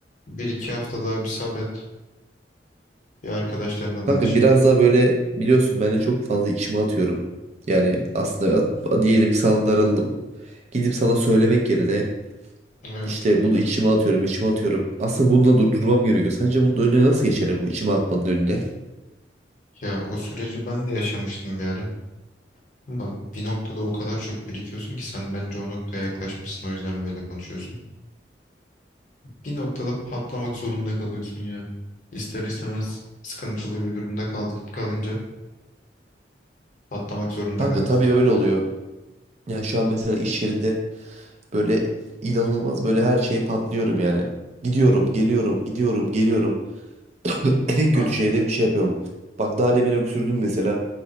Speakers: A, on the left; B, on the right.
A: bir iki hafta daha bir sabret. Bir arkadaşlarına
B: kanka
A: danış.
B: biraz
A: diye.
B: daha böyle biliyorsun ben de çok fazla içime atıyorum. Yani aslında at- diyelim ki sana darıldım. Gidip sana söylemek yerine
A: Evet
B: işte
A: biliyorum.
B: bunu içime atıyorum içime atıyorum. Aslında bunu da durdurmam gerekiyor. Sence bunun önüne nasıl geçerim bu içime atmanın önüne?
A: Ya o süreci ben de yaşamıştım bir ara. Ama bir noktada o kadar çok birikiyorsun ki sen bence o noktaya yaklaşmışsın o yüzden böyle konuşuyorsun. Bir noktada patlamak zorunda kalıyorsun ya. İster istemez sıkıntılı bir durumda kal- kalınca patlamak zorunda
B: Kanka
A: kalıyorsun.
B: tabii öyle oluyor. Yani şu an mesela iş yerinde Böyle inanılmaz böyle her şeye patlıyorum yani. Gidiyorum, geliyorum, gidiyorum, geliyorum. <clears throat> <laughs> En
A: Ama
B: kötü şeyde bir şey yapıyorum. Bak daha demin öksürdüm mesela.